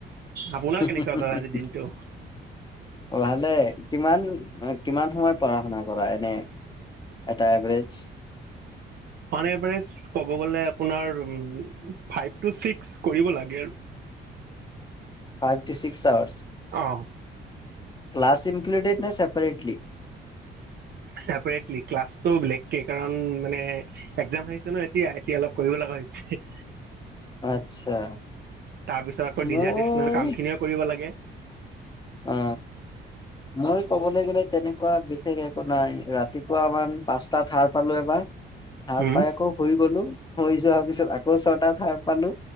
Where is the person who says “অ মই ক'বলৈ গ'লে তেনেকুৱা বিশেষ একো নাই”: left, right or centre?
Left